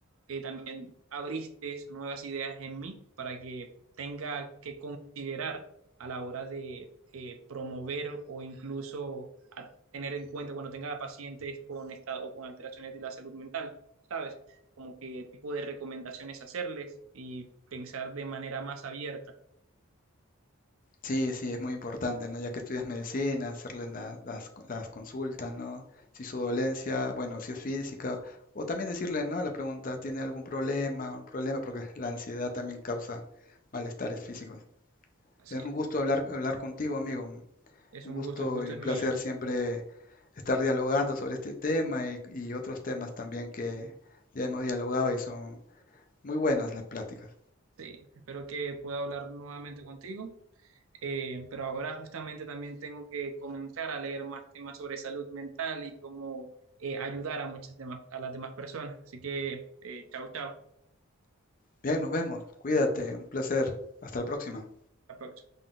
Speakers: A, on the right; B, on the left.
A: eh, también abriste nuevas ideas en mí para que tenga que considerar a la hora de eh, promover o incluso a tener en cuenta cuando tenga pacientes con estado, con alteraciones de la salud mental, ¿sabes? como qué tipo de recomendaciones hacerles y pensar de manera más abierta.
B: Sí, sí, es muy importante, ¿no? Ya que estudias medicina, hacerle la- las, las consultas, ¿no? Si su dolencia, bueno, si es física, o también decirle, ¿no? La pregunta, ¿tiene algún problema? Un problema, porque la ansiedad también causa malestares físicos.
A: Así
B: Es un
A: es,
B: gusto hablar, hablar contigo, amigo. Un
A: es un
B: gusto
A: gusto, el gusto
B: y un
A: es
B: placer
A: mío.
B: siempre estar dialogando sobre este tema y, y otros temas también que ya hemos dialogado y son muy buenas las pláticas.
A: Sí, espero que pueda hablar nuevamente contigo. Eh, pero ahora justamente también tengo que comenzar a leer más temas sobre salud mental y cómo eh, ayudar a muchas demás, a las demás personas. Así que, eh, chao, chao. Hasta
B: Bien, nos vemos. Cuídate, un placer. Hasta la próxima.
A: la próxima.